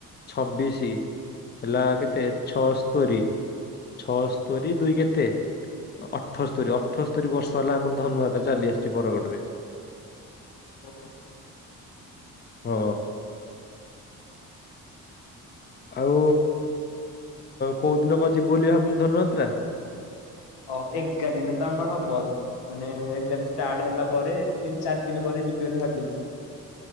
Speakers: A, on the left (about 25°); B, on the left (about 80°).
A: ଛବିଶୀ ହେଲା କେତେ ଛଅସ୍ତୋରୀ ଛଅସ୍ତୋରୀ ଦୁଇ କେତେ? ଅଠସ୍ତରୀ ଅଠସ୍ତରୀ ବର୍ଷ ହେଲା ଆମର ଧନୁଯାତ୍ରା ଚାଲି ଆସିଛି ବରଗଡରେ।
B: <unintelligible>
A: ହଁ। ଆଉ କୋଉ ଦିନ କଣ ଯିବୁ ବୋଲି ଭାବିଛୁ ଧନୁଯାତ୍ରା?
B: ଅ ଏଗାର ଦିନ ତ ଆମର ହବ ମାନେ ଏଗାର ଦିନ ଷ୍ଟାର୍ଟ ହେଲା ପରେ ତିନି ଚାରି ଦିନ ପରେ ଯିବି ବୋଲି ଭାବିଛି।